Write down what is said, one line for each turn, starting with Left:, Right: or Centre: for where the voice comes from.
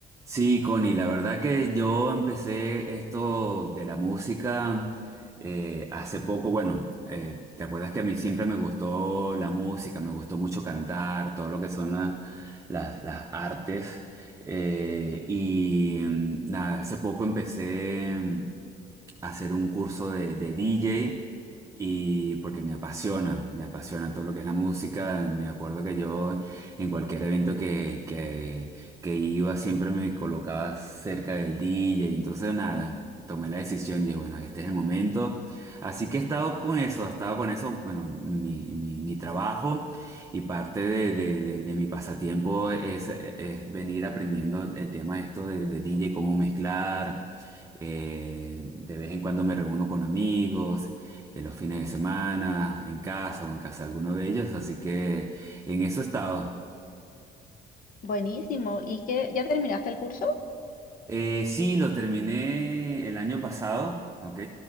Right: Sí, Connie, la verdad que yo empecé esto de la música eh, hace poco. Bueno, eh, ¿te acuerdas que a mí siempre me gustó la música, me gustó mucho cantar, todo lo que son la- las, las artes? Eh, y mm, nada, hace poco empecé mm, a hacer un curso de, de DJ y porque me apasiona, me apasiona todo lo que es la música. Me acuerdo que yo en cualquier evento que, que que iba siempre me colocaba cerca del DJ, y entonces nada, tomé la decisión, dije, bueno, este es el momento. Así que he estado con eso, he estado con eso, bueno, mi, mi- mi trabajo y parte de, de- de- de mi pasatiempo es, es venir aprendiendo el tema esto de, de DJ, cómo mezclar. Eh, de vez en cuando me reúno con amigos, en los fines de semana, en casa o en casa de alguno de ellos, así que en eso he estado.
Left: Buenísimo. ¿Y qué? ¿Ya terminaste el curso?
Right: Eh, sí, lo terminé el año pasado, ¿ok?